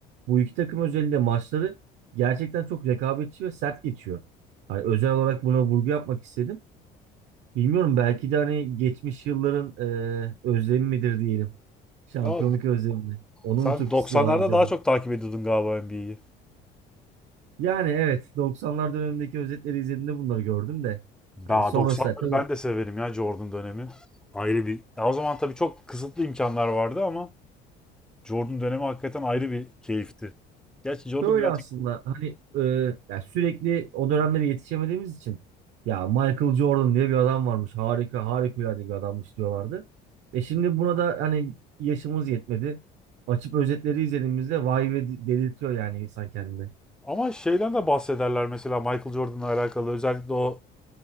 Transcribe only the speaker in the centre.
ya
sen
90'larda
daha çok takip ediyordun galiba NBA'yi.
Daha
90'ları
ben de severim ya Jordan dönemi. Ayrı bir. Ya o zaman tabii çok kısıtlı imkanlar vardı ama Jordan dönemi hakikaten ayrı bir keyifti. Gerçi Jordan
birazcık
Ama şeyden de bahsederler mesela Michael Jordan'la alakalı. Özellikle o